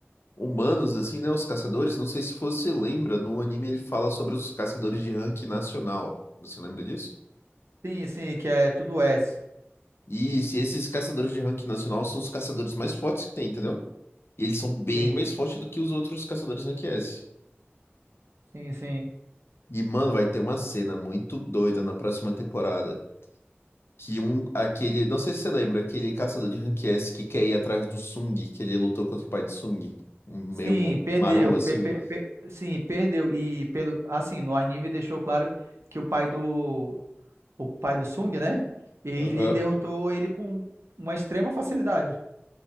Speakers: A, on the left (about 65°); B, on the right (about 85°).
A: humanos, assim, né? Os caçadores. Não sei se você lembra, no anime ele fala sobre os caçadores de rank nacional. Você lembra disso?
B: Sim, sim, que é tudo S.
A: E se esses caçadores de rank nacional são os caçadores mais fortes que tem, entendeu? E eles são bem
B: Sim,
A: mais fortes do que os outros caçadores rank S.
B: sim, sim.
A: E, mano, vai ter uma cena muito doida na próxima temporada. Que um, aquele, não sei se você lembra, aquele caçador de rank S que quer ir atrás do Sung, que ele lutou contra o pai de Sung, um meio
B: Sim,
A: bom-
B: perdeu.
A: maromba assim.
B: pe- pe- Claro, pe- sim, perdeu. E pelo, assim, no anime deixou claro que o pai do, o pai do Sung, né? Ele
A: Aham.
B: derrotou ele com uma extrema facilidade.